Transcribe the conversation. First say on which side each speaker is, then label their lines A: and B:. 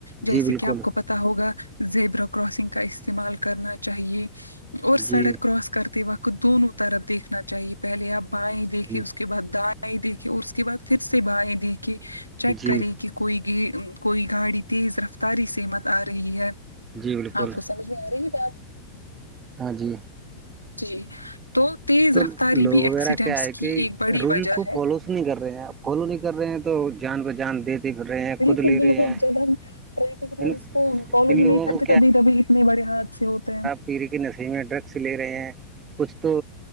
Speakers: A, on the right; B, on the right.
A: جیسے
B: جی بالکل
A: کہ آپ کو پتا ہوگا زیبرا کراسنگ کا استعمال کرنا چاہیے اور سڑک
B: جی
A: کراس کرتے وقت دونوں طرف دیکھنا چاہیے پہلے آپ بائیں دیکھیے
B: جی
A: اس کے بعد دائیں دیکھی اور اس کے بعد پھر سے بائیں دیکھی چیک
B: جی
A: کرے کہ کوئی گ کوئی گاڑی تیز رفتاری سے مت آ رہی ہے
B: جی بالکل
A: آپ کو سمجھ میں آ رہی ہے بات
B: ہاں جی
A: جی تو تیز
B: تو
A: رفتاری
B: لوگ
A: بھی
B: وغیرہ
A: ایکسیڈنٹس
B: کیا ہے کہ
A: کی ایک بڑی
B: رول
A: وجہ
B: کو
A: ہے
B: فالوز نہیں کر رہے ہیں آپ کالو نہیں کر رہے ہیں تو جان پہ جان دیتے پھر رہے ہیں
A: بالکل
B: خود لے
A: بالکل
B: رہے ہیں
A: جب ہم ٹریفک رولس
B: ان
A: کو فالو
B: ان
A: ہی نہیں
B: لوگوں
A: کرتے
B: کو
A: تبھی تبھی اتنے بڑے ہاتھ اھی ہوتے ہیں
B: پییر کے نسی میں ڈرگس لے رہے ہیں کچھ تو